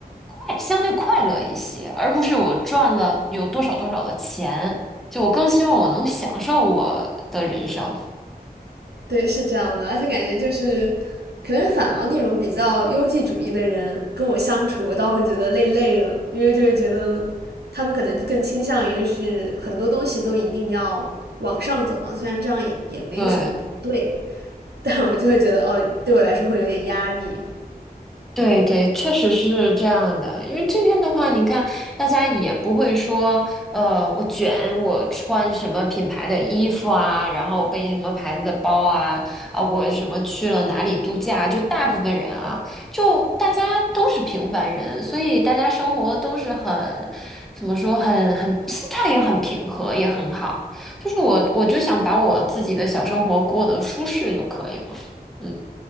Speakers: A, in the centre; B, on the right.
A: 快，相对快乐一些，而不是我赚了有多少多少的钱。就我更希望我能享受我的人生。
B: 对，是这样的，而且感觉就是，可能反而那种比较优绩主义的人跟我相处，我倒会觉得累累的，因为就是觉得他们可能更倾向于就是很多东西都一定要往上走嘛，虽然这样也也没有什么不对，
A: 对，
B: <laughs> 但我就会觉得哦，对我来说会有点压力。
A: 对对，确实是这样的。因为这边的话，你看，大家也不会说，呃，我卷，我穿什么品牌的衣服啊，然后背什么牌子的包啊，啊，我什么去了哪里度假，就大部分人啊，就大家都是平凡人，所以大家生活都是很，怎么说，很很心态也很平和，也很好。就是我，我就想把我自己的小生活过得舒适就可以了。嗯。